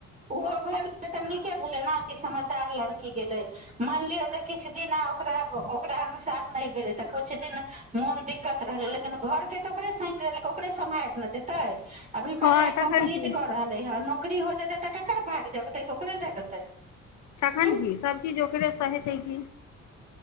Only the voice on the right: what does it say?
ओहो घर तऽ नीके भेलै ने कि समझदार लड़की गेलै मानि लियौ जे किछु दिन आ ओकरा ओकरा अनुसार नहि भेलै तऽ किछु दिन मोन दिक्कत रहलै लेकिन घरके तऽ ओकरे सैत देलकै ओकरे सम्हारि ने देतै अभी पढ़ाई
कम्प्लीट
कर रहले ह न ओकरी हो जेतै तऽ केकर भाग जगतै ओकरे जगतै
हूँ